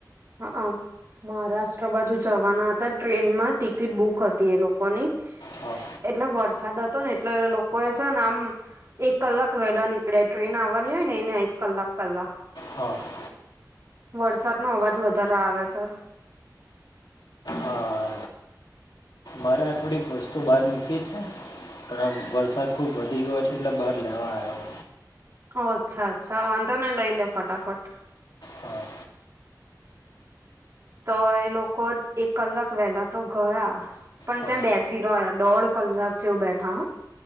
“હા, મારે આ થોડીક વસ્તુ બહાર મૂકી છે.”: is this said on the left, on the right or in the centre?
Left